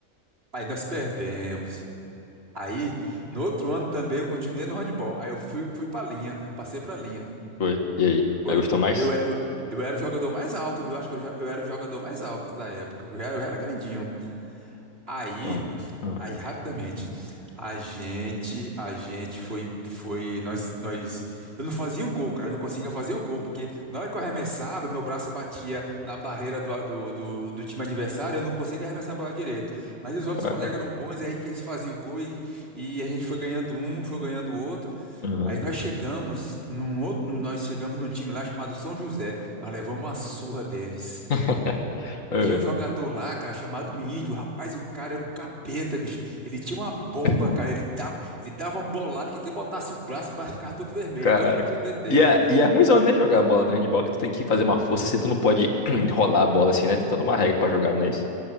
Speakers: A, on the right; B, on the left.
A: Aí nós perdemos. Aí, no outro ano também eu continuei no handball. Aí eu fui, fui pra linha, passei pra linha.
B: Foi. E aí?
A: Foi.
B: Aí gostou mais?
A: Eu, eu, eu era o jogador mais alto, viu? Acho que eu, já- eu era o jogador mais alto da época. Eu era, eu era grandinho. Aí,
B: Ah, ah,
A: aí rapidamente, a gente, a gente foi, foi, nós, nós, eu não fazia um gol, cara, eu não conseguia fazer um gol, porque na hora que eu arremessava, meu braço batia na barreira do, do, do, do time adversário, eu não conseguia arremessar a bola direito. Mas os outros
B: caraca.
A: colegas eram bons, aí que eles faziam o gol e, e a gente foi ganhando um, foi ganhando o outro.
B: Aham.
A: Aí nós chegamos num outro, nós chegamos num time lá chamado São José, nós levamos uma surra deles.
B: <laughs> É.
A: Tinha um jogador lá, cara, chamado Índio. Rapaz, o cara era o capeta, bicho. Ele tinha uma bomba,
B: <laughs>
A: cara. Ele dava, ele dava uma bolada que quem botasse o braço, o braço ficava todo vermelho.
B: Cara.
A: Todo mundo tinha medo dele.
B: E é, e é ruimzão, né, de jogar a bola no handball, que tu tem que fazer uma força, assim, tu não pode <clears throat> rolar a bola, assim, né? Tem toda uma regra pra jogar, não é isso?